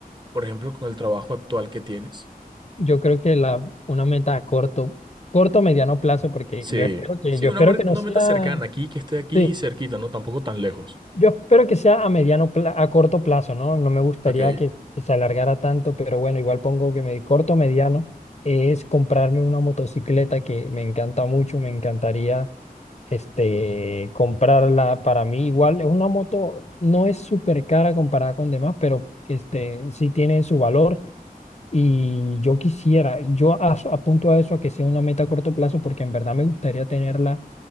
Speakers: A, on the right; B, on the left.
A: Por ejemplo, con el trabajo actual que tienes.
B: yo creo que la, una meta a corto, corto o mediano plazo, porque
A: Sí,
B: yo espero que,
A: sí,
B: yo
A: una,
B: espero
A: mer-
B: que no
A: una
B: sea,
A: meta cercana aquí, que esté aquí
B: sí,
A: cerquita, ¿no? Tampoco tan lejos.
B: yo espero que sea a mediano, pla- a corto plazo, ¿no? No me gustaría
A: Ok,
B: que, que se alargara tanto, pero bueno, igual pongo que me corto o mediano es comprarme una motocicleta que me encanta mucho, me encantaría este, comprarla para mí. Igual es una moto, no es súper cara comparada con demás, pero este, sí tiene su valor Y yo quisiera, yo as- apunto a eso a que sea una meta a corto plazo porque en verdad me gustaría tenerla